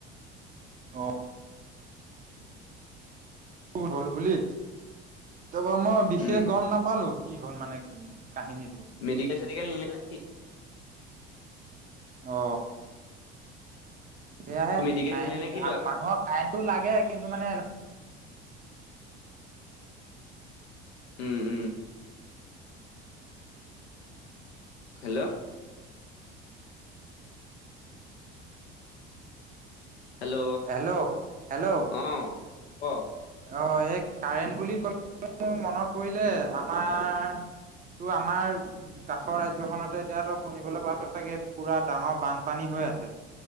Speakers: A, on the right; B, on the left.
A: অ। হল বুলি, তাৰপৰা মই বিশেষ
B: উম
A: গম নাপ পালো, কি হ'ল মানে কাহিনীটো।
B: মেডিকেল চেডিকেল নিলে নেকি?
A: অ। সেয়াহে
B: তোৰ মেডিকেল
A: কাৰেণ্ট,
B: নিলে নে কি লোৱা
A: আকৌ মানুহক কাৰেণ্টটো লাগে কিন্তু মানে
B: উম উম। হেল্ল'। হেল্ল'
A: হেল্ল' হেল্ল'
B: অ ক।
A: অ এই কাৰেণ্ট বুলি <unintelligible> মোৰ মনত পৰিলে আমাৰ তোৰ আমাৰ কাষৰ ৰাজ্যখনতে এতিয়া তই শুনিবলৈ পাইছ চাগে পুৰা ডাঙৰ বানপানী হৈ আছে।